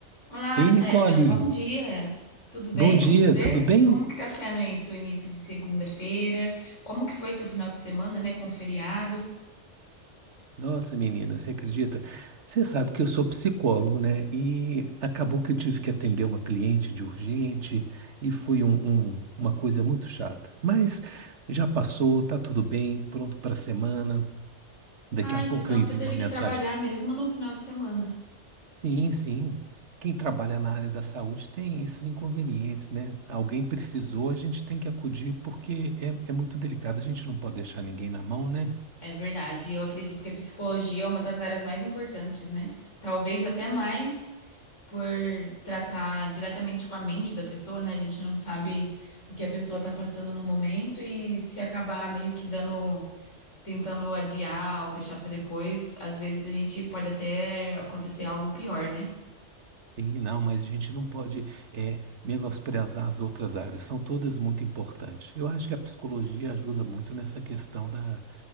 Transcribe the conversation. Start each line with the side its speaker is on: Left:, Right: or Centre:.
Left: Olá,
Right: Ei,
Left: César.
Right: Nicole,
Left: Bom dia. Tudo bem
Right: bom dia,
Left: com você?
Right: tudo bem?
Left: Como que tá sendo aí seu início de segunda-feira? Como que foi seu final de semana, né, com feriado?
Right: Nossa, menina, você acredita? Você sabe que eu sou psicólogo, né? E acabou que eu tive que atender uma cliente de urgente e foi um- um- uma coisa muito chata. Mas já passou, tá tudo bem, pronto para a semana. Daqui
Left: Ah,
Right: a
Left: isso,
Right: pouco
Left: então
Right: eu envio
Left: você teve
Right: uma mensagem.
Left: que trabalhar mesmo no final de semana.
Right: Sim, sim. Quem trabalha na área da saúde tem esses inconvenientes, né? Alguém precisou, a gente tem que acudir porque é é muito delicado, a gente não pode deixar ninguém na mão, né?
Left: É verdade. Eu acredito que a psicologia é uma das áreas mais importantes, né? Talvez até mais. por tratar diretamente com a mente da pessoa, né? A gente não sabe o que a pessoa tá passando no momento e se acabar meio que dando, tentando adiar ou deixar pra depois, às vezes a gente pode até acontecer algo pior, né?
Right: Sim, não, mas a gente não pode eh, menosprezar as outras áreas, são todas muito importantes. Eu acho que a psicologia ajuda muito nessa questão da,